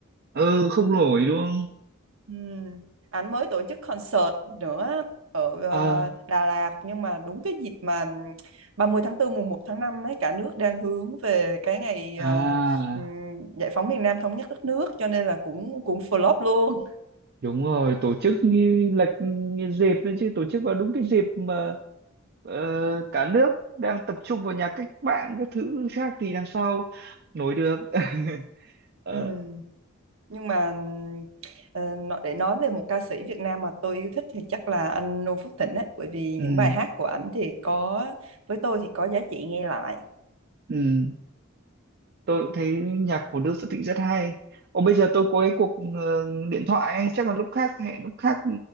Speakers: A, on the right; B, on the right.
A: ờ không nổi đúng không?
B: Ừm, Anh mới tổ chức concert nữa ở ờ,
A: À
B: Đà Lạt nhưng mà đúng cái dịp mà 30 tháng 4 mùng 1 tháng 5 ấy cả nước đang hướng về cái ngày
A: à
B: ờ, ừm, giải phóng miền Nam thống nhất đất nước cho nên là cũng cũng flop luôn.
A: đúng rồi, tổ chức như lệch như dịp nên chứ tổ chức vào đúng cái dịp mà ờ, cả nước đang tập trung vào nhà cách mạng các thứ khác thì làm sao nổi được. <laughs> Ờ,
B: Ừm, Nhưng mà ờ, nó- để nói về một ca sĩ Việt Nam mà tôi yêu thích thì chắc là anh Noo Phước Thịnh ấy, bởi vì những
A: ừ
B: bài hát của ảnh thì có với tôi thì có giá trị nghe lại.
A: ừ tôi cũng thấy nhạc của Đức Phật Thịnh rất hay Ồ bây giờ tôi có cái cuộc ờ, điện thoại ấy. chắc là lúc khác hẹn lúc khác